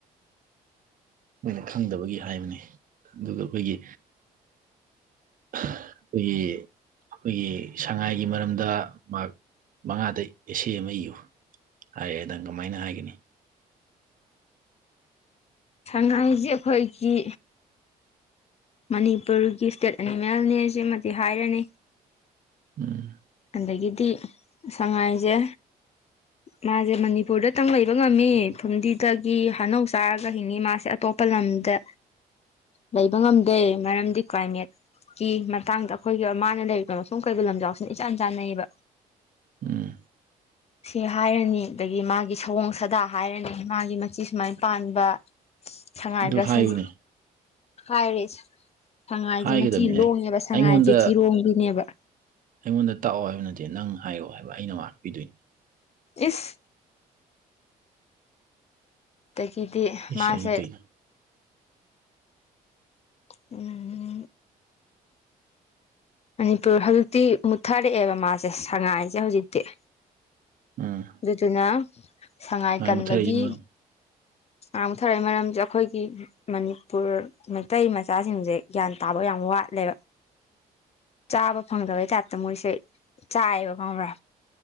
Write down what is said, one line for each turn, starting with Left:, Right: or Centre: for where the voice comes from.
Right: ꯃꯣꯏꯅ ꯈꯪꯗꯕꯒꯤ ꯍꯥꯏꯕꯅꯤ ꯑꯗꯨꯒ ꯑꯩꯈꯣꯏꯒꯤ ꯑꯩꯈꯣꯏꯒꯤ ꯑꯩꯈꯣꯏꯒꯤ ꯁꯉꯥꯏꯒꯤ ꯃꯔꯝꯗ ꯃꯍꯥꯛ ꯃꯪꯉꯥꯗꯩ ꯑꯦꯁꯦ ꯑꯃ ꯏꯌꯨ ꯍꯥꯏꯔꯦ ꯅꯪ ꯀꯃꯥꯏꯅ ꯍꯥꯏꯒꯅꯤ
Left: ꯁꯪꯉꯥꯏꯖꯦ ꯑꯩꯈꯣꯏꯒꯤ ꯃꯅꯤꯄꯨꯔꯒꯤ ꯏꯁꯇꯦꯠ ꯑꯦꯅꯤꯃꯦꯜꯅꯦ ꯁꯤꯃꯗꯤ ꯍꯥꯏꯔꯅꯤ
Right: ꯎꯝ
Left: ꯑꯗꯒꯤꯗꯤ ꯁꯉꯥꯏꯁꯦ
Right: <inaudible>
Left: ꯃꯥꯁꯦ ꯃꯅꯤꯄꯨꯔꯗꯇꯪ ꯂꯩꯕ ꯉꯝꯃꯤ ꯐꯨꯝꯗꯤꯗꯒꯤ ꯍꯅꯧ ꯆꯥꯔꯒ ꯍꯤꯡꯉꯤ ꯃꯥꯁꯦ ꯑꯇꯣꯞꯄ ꯂꯝꯗ
Right: <inaudible>
Left: ꯂꯩꯕ ꯉꯝꯗꯦ ꯃꯔꯝꯗꯤ ꯀ꯭ꯂꯥꯏꯃꯦꯠ ꯀꯤ ꯃꯇꯥꯡꯗ ꯑꯩꯈꯣꯏꯒꯤ ꯃꯥꯅ ꯂꯩꯔꯤꯕ ꯃꯐꯝ ꯀꯩꯕꯨꯜ ꯂꯝꯖꯥꯎꯁꯤꯅ ꯏꯆꯥꯟ ꯆꯥꯟꯅꯩꯌꯦꯕ
Right: ꯎꯝ
Left: ꯁꯤ ꯍꯥꯏꯔꯅꯤ ꯑꯗꯒꯤ ꯃꯥꯒꯤ ꯁꯑꯣꯡ ꯁꯥꯗꯥ ꯍꯥꯏꯔꯅꯤ ꯃꯥꯒꯤ ꯃꯆꯤ ꯁꯨꯃꯥꯏ ꯄꯥꯟꯕ ꯁꯉꯥꯏꯗ
Right: ꯑꯗꯨ ꯍꯥꯏꯌꯨꯅꯦ
Left: ꯁꯥꯖꯤ ꯍꯥꯏꯔꯦ ꯁꯪꯉꯥꯏꯉꯤ
Right: ꯍꯥꯏꯒꯗꯕꯅꯤꯅꯦ
Left: ꯃꯆꯤ ꯂꯣꯡꯉꯦꯕ ꯁꯉꯥꯏꯁꯦ
Right: ꯑꯩꯉꯣꯟꯗ
Left: ꯆꯤꯔꯣꯡꯗꯨꯅꯦꯕ
Right: ꯑꯩꯉꯣꯟꯗ ꯇꯥꯛꯑꯣ ꯍꯥꯏꯕ ꯅꯠꯇꯦ ꯅꯪ ꯍꯥꯏꯔꯛꯑꯣ ꯍꯥꯏꯕ ꯑꯩꯅ ꯃꯥꯛꯄꯤꯗꯣꯏꯅꯤ
Left: ꯏꯁ ꯑꯗꯒꯤꯗꯤ
Right: ꯏꯁ
Left: ꯃꯥꯁꯦ
Right: ꯑꯩꯗꯤ ꯀꯩꯅꯣ
Left: ꯎꯝ ꯃꯅꯤꯄꯨꯔ ꯍꯧꯖꯤꯛꯇꯤ ꯃꯨꯠꯊꯔꯛꯑꯦꯕ ꯃꯥꯁꯦ ꯁꯉꯥꯏꯁꯦ ꯍꯧꯖꯤꯛꯇꯤ
Right: ꯎꯝ
Left: ꯑꯗꯨꯗꯨꯅ ꯁꯪꯉꯥꯏ
Right: ꯁꯨꯃꯥꯏ
Left: ꯀꯟꯕꯒꯤ
Right: ꯃꯨꯠꯊꯔꯛꯏꯁꯤ ꯃꯔꯝ
Left: ꯃꯥ ꯃꯨꯠꯊꯔꯛꯏ ꯃꯔꯝꯖꯦ ꯑꯩꯈꯣꯏꯒꯤ ꯃꯅꯤꯄꯨꯔ ꯃꯩꯇꯩ ꯃꯆꯥꯁꯤꯡꯁꯦ ꯒ꯭ꯌꯥꯟ ꯇꯥꯕ ꯌꯥꯝ ꯋꯥꯠꯂꯦꯕ ꯆꯥꯕ ꯐꯪꯗꯕꯩ ꯇꯥꯞꯇ ꯃꯣꯏꯁꯦ ꯆꯥꯏꯑꯦꯕ ꯈꯪꯉꯕ꯭ꯔꯥ